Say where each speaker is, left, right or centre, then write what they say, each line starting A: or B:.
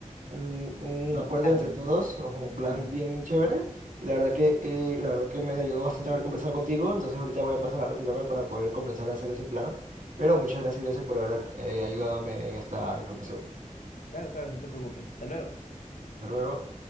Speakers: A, on the right; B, on the left.
A: un, un
B: Un
A: acuerdo
B: plan,
A: entre todos, o un
B: ¿no?
A: plan
B: Ajá.
A: bien chévere. Y la verdad que, eh, la verdad que me ayudó bastante haber conversado contigo. Entonces ahorita voy a pasar a retirarme para poder comenzar a hacer ese plan. Pero muchas gracias, José, por haber eh, ayudado en esta información.
B: Claro, claro, no te preocupes. Hasta luego.
A: Hasta luego.